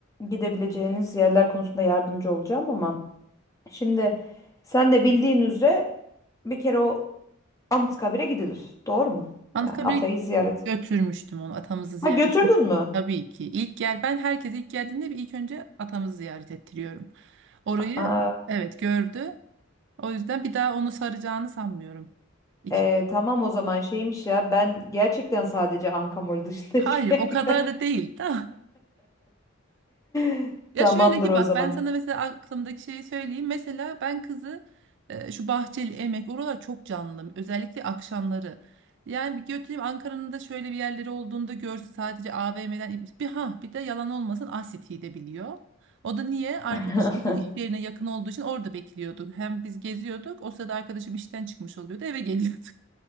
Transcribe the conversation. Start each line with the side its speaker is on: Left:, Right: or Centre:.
Left: gidebileceğiniz yerler konusunda yardımcı olacağım ama şimdi sen de bildiğin üzere bir kere o Anıtkabir'e gidilir. Doğru mu?
Right: Anıtkabir'e
Left: Yani Atay'ı ziyaret.
Right: götürmüştüm onu atamızı ziyaret
Left: Ha götürdün
Right: ettim.
Left: mü?
Right: Tabii ki. İlk gel ben herkese ilk geldiğinde bir ilk önce atamızı ziyaret ettiriyorum. Orayı
Left: Aa,
Right: evet gördü. O yüzden bir daha onu saracağını sanmıyorum. İki.
Left: Ee, tamam o zaman şeymiş ya ben gerçekten sadece Ankamol dışında
Right: Hayır,
Left: <laughs> hiçbir yer
Right: o kadar
Left: gör-
Right: da değil. Da.
Left: <laughs>
Right: Ya
Left: Tamamdır
Right: şöyle ki
Left: o
Right: bak
Left: zaman.
Right: ben sana mesela aklımdaki şeyi söyleyeyim. Mesela ben kızı e, şu Bahçeli Emek oralar çok canlı. Özellikle akşamları. Yani bir götüreyim Ankara'nın da şöyle bir yerleri olduğunda görsün sadece AVM'den bir ha bir de yalan olmasın Asiti'yi de biliyor. O da niye? Arkadaşımızın
Left: <laughs>
Right: iş yerine yakın olduğu için orada bekliyorduk. Hem biz geziyorduk. O sırada arkadaşım işten çıkmış oluyordu. Eve geliyorduk.